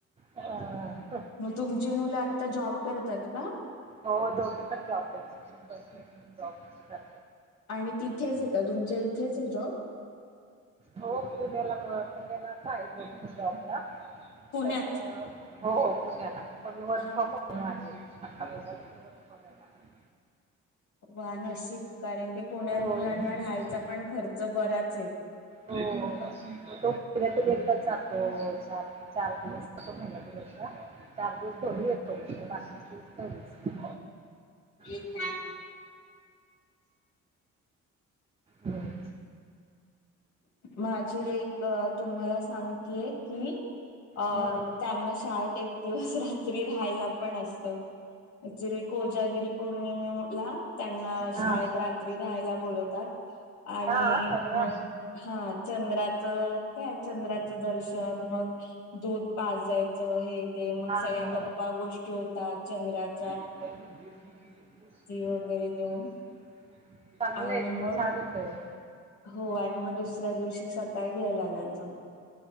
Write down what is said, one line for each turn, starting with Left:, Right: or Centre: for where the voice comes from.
Right: हा हा.
Left: मग तुमची मुलं आत्ता जॉब करतात का?
Right: हो दोघे पण जॉब करतात.
Left: आणि तिथेच आहे का, तुमच्या इथेच आहे जॉब?
Right: हो पुण्याला मुळात आहेत दोघेपण जॉबला
Left: पुण्यात
Right: पण, हो पुण्याला पण वर्क
Left: हा
Right: फ्रॉम होम आहे. आता मुलाला पण वर्क फ्रॉम होम आहे.
Left: वा नशीब कारण की, पुण्यात
Right: आहे
Left: मुलांना
Right: हो
Left: राहायचा पण खर्च बराच आहे.
Right: हो तो पुण्यातून एकटाच जातो चार दिवस महिन्यातून एकदा चार दिवस भरून येतो म्हणतो बाकी
Left: <inaudible>
Right: <unintelligible> हम्म.
Left: माझी लेक तुम्हाला सांगतेय कि, अ
Right: हम्म.
Left: त्यांना शाळेत एक दिवस रात्री राहायला पण असत. ऍक्च्युली कोजागिरी पौर्णिमेला त्यांना शाळेत
Right: हा.
Left: रात्री राहायला बोलवतात. आणि
Right: हा, अरे
Left: मग
Right: वा.
Left: हा चंद्राचं काय चंद्राचं दर्शन मग दूध पाजयचं हे ते मग सगळ्या
Right: हाँ,
Left: गप्पा गोष्टी होतात चंद्रात
Right: <unintelligible>
Left: वगैरे देऊन
Right: चांगलंय
Left: आणि
Right: की
Left: मग
Right: छानच आहे.
Left: हो आणि मग दुसऱ्या दिवशी सकाळी घ्यायला जायचं.